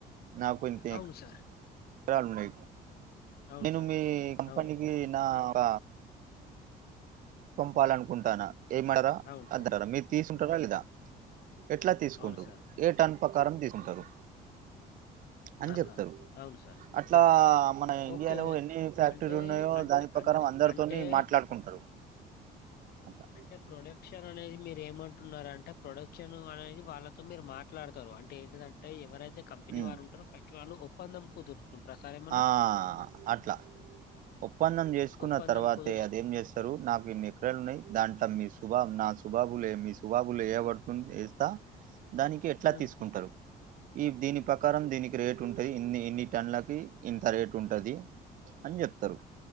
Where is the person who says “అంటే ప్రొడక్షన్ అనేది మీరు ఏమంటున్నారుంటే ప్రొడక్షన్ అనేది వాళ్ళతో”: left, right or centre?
Left